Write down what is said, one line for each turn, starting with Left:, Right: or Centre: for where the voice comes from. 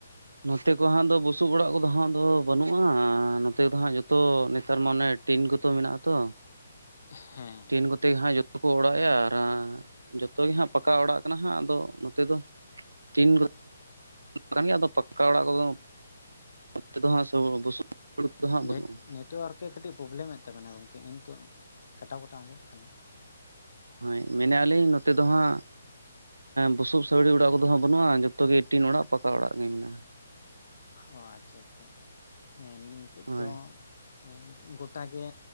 Right: ᱱᱚᱛᱮ ᱠᱚ ᱦᱟᱸᱜ ᱫᱚ ᱵᱩᱥᱩᱵ ᱚᱲᱟᱜ ᱠᱚᱫᱚ ᱦᱟᱸᱜ ᱫᱚ ᱵᱟᱹᱱᱩᱜᱼᱟ ᱱᱚᱛᱮ ᱫᱚ ᱦᱟᱸᱜ ᱡᱚᱛᱚ ᱱᱮᱛᱟᱨ ᱢᱟ ᱚᱱᱮ ᱴᱤᱱ ᱠᱚᱛᱚ ᱢᱮᱱᱟᱜᱼᱟ ᱛᱚ
Left: <unintelligible> ᱦᱮᱸ
Right: ᱴᱤᱱ
Left: ᱦᱮᱸ
Right: ᱠᱚᱛᱮ ᱜᱮ ᱦᱟᱸᱜ ᱡ ᱠᱷᱳ ᱚᱲᱟᱜ ᱭᱟ ᱨᱟ ᱡᱚᱛᱚ ᱜᱮ ᱦᱟᱸᱜ ᱯᱟᱠᱟ ᱚᱲᱟᱜ ᱠᱟᱱᱟ ᱦᱟᱸᱜ ᱟᱫᱚ ᱱᱚᱛᱮ ᱫᱚ ᱛᱤᱱ ᱨᱮ ᱟᱫᱚ ᱯᱟ ᱚᱠᱟ ᱚᱲᱟᱜ ᱠᱚᱫᱚ ᱛᱮᱫᱚ ᱦᱟᱸᱜ ᱵᱩᱥᱩᱵ ᱫᱚ ᱦᱟᱸᱜ
Left: ᱱᱮᱴ
Right: ᱵᱟᱹᱱᱩᱜᱼᱟ
Left: ᱱᱮᱴᱚᱣᱟᱨᱠᱮ ᱠᱟᱹᱴᱤᱡ ᱯᱨᱚᱵᱞᱮᱢ ᱮᱫ ᱛᱟᱵᱮᱱᱟ ᱜᱚᱝᱠᱮ ᱱᱤᱛᱚᱜ ᱠᱟᱴᱟᱣ ᱠᱟᱴᱟᱣ ᱟᱸᱡᱚᱢᱚᱜ ᱠᱟᱱᱟ
Right: ᱦᱳᱭ ᱢᱮᱱᱮᱫ ᱟᱞᱤᱧ ᱱᱚᱛᱮ ᱫᱚ ᱦᱟᱸᱜ ᱵᱩᱥᱩᱵ ᱥᱟᱹᱣᱲᱤ ᱚᱲᱟᱜ ᱠᱚᱫᱚ ᱦᱟᱜ ᱵᱟᱹᱱᱩᱜᱼᱟ ᱡᱚᱛᱚ ᱜᱮ ᱴᱤᱱ ᱚᱲᱟᱜ ᱯᱟᱠᱟ ᱚᱲᱟᱜ ᱜᱮ ᱢᱮᱱᱟᱜᱼᱟ ᱾
Left: ᱚ ᱟᱪᱪᱷᱟ ᱟᱪᱪᱷᱟ ᱦᱮᱸ ᱱᱤᱛᱚᱜ ᱫᱚ
Right: ᱦᱳᱭ
Left: ᱦᱮᱸ ᱜᱚᱴᱟ ᱜᱮ